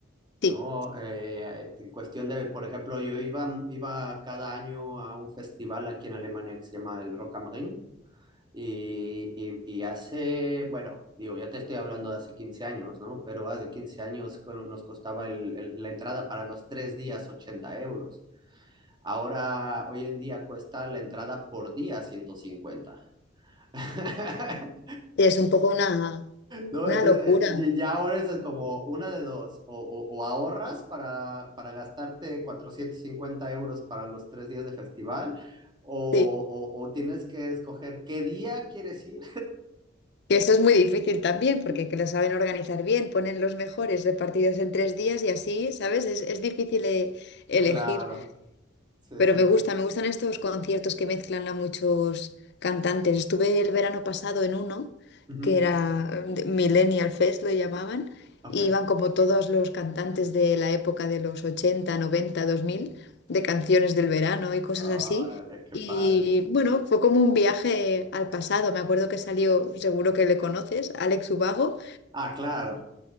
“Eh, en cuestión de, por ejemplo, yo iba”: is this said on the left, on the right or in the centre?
Right